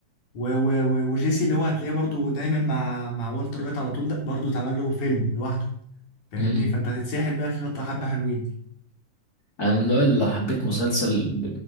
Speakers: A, on the left; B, on the left.
A: و و و وجيسي اللي هو هتلاقيه برضو دايما مع مع والتر وايت على طول ده برضو اتعمل له فيلم لوحده فاهمني
B: امم
A: فانت هتتسحل بقى في بطة حبة حلوين
B: انا من النوع اللي لو حبيت مسلسل ب...